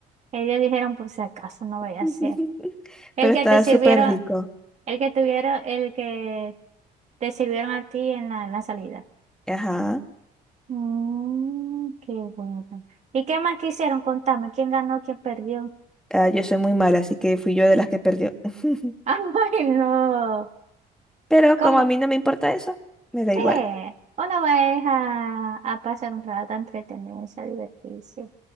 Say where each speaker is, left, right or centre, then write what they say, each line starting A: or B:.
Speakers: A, on the right; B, in the centre.
A: Ellos dijeron por si acaso no
B: <laughs>
A: voy a hacer. El
B: Pero
A: que
B: estaba
A: te sirvieron,
B: súper rico.
A: el que tuvieron, el que te sirvieron a ti en la, en la salida.
B: Ajá.
A: Mm, qué bueno. ¿Y qué más quisieron? Contame, ¿quién ganó, quién perdió?
B: Ah, yo soy muy mala, así que fui yo de las que perdió. <laughs>
A: <laughs> Ay, no.
B: Pero
A: ¿Cómo?
B: como a mí no me importa eso, me da
A: Sí,
B: igual.
A: uno va es a, a pasar un rato, a entretenerse, a divertirse.